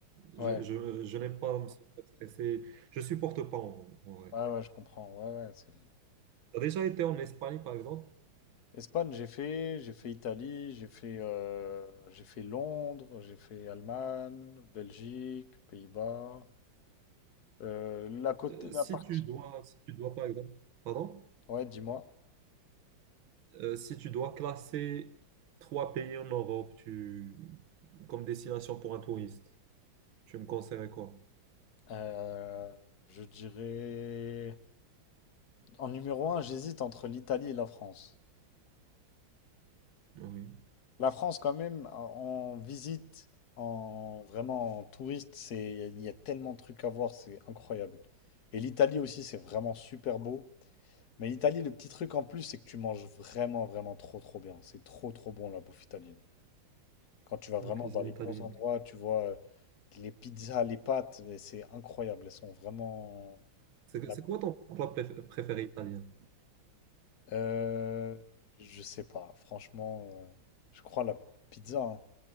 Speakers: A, on the left (about 55°); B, on the right (about 80°).
A: Ouais,
B: Je, je, je n'aime pas me sentir stressé. Je supporte pas en, en vrai.
A: ouais, ouais, je comprends. Ouais, ouais, c'est.
B: Tu as déjà été en Espagne, par exemple?
A: Espagne, j'ai fait, j'ai fait Italie, j'ai fait, euh, j'ai fait Londres, j'ai fait Allemagne, Belgique, Pays-Bas. Euh, la côté,
B: Euh,
A: la
B: si
A: partie.
B: tu dois, si tu dois, par exemple, pardon?
A: Ouais, dis-moi.
B: Euh, si tu dois classer trois pays en Europe tu, comme destination pour un touriste, tu me conseillerais quoi?
A: Euh, je dirais en numéro un, j'hésite entre l'Italie et la France.
B: Oui,
A: La France, quand même, en en visite, en vraiment en touriste, c'est il y a tellement de trucs à voir, c'est incroyable. Et l'Italie aussi, c'est vraiment super beau. Mais l'Italie, le petit truc en plus, c'est que tu manges vraiment, vraiment trop, trop bien. C'est trop, trop bon la bouffe italienne. Quand tu vas
B: la
A: vraiment
B: cuisine
A: dans les
B: italienne.
A: bons endroits, tu vois euh, les pizzas, les pâtes, mais c'est incroyable. Elles sont vraiment.
B: C'est
A: la-
B: c'est quoi ton plat préf- préféré italien?
A: Euh, je sais pas, franchement, euh, je crois la pizza. hein.